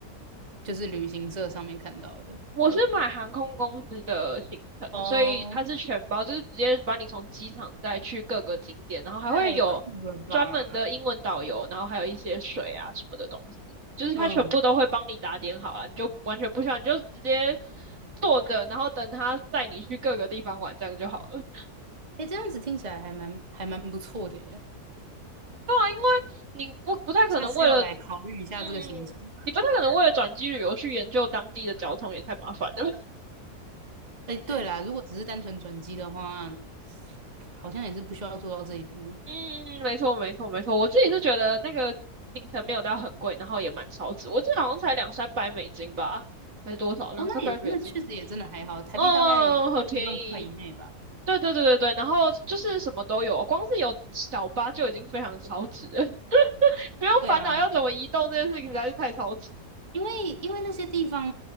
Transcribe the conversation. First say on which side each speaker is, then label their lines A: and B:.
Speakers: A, on the right; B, on the right.
A: 就是旅行社上面看到的？
B: 我是买航空公司的行程，
A: 哦，
B: 所以它是全包，就是直接把你从机场带去各个景点，然后还会有专门的英文导游，
A: 太酷了吧！
B: 然后还有一些水啊什么的东西，就是它全部都会帮你打点好了，
A: 嗯，
B: 你就完全不需要，你就直接坐着，然后等他带你去各个地方玩，这样就好了。<laughs>
A: 哎，这样子听起来还蛮还蛮不错的耶。
B: 对啊，因为你不不太可能为了，
A: 下次要来考虑一下这个行程。
B: 嗯，你不太可能为了转机旅游去研究当地的交通，也太麻烦了
A: 哎，对啦，
B: <laughs>
A: 如果只是单纯转机的话，好像也是不需要做到这一步。
B: 嗯，没错，没错，没错。我自己是觉得那个行程没有到很贵，然后也蛮超值。我记得好像才两三百美金吧，还是多少？两三百美金，
A: 哦，那也那确实也真的还好，台币大概就一万块以内吧。
B: 嗯，很便宜。对对对对对，然后就是什么都有，光是有小巴就已经非常超值了，<laughs> 不用烦恼要怎么移动这件事情实在是太超值。
A: 对啊，因为因为那些地方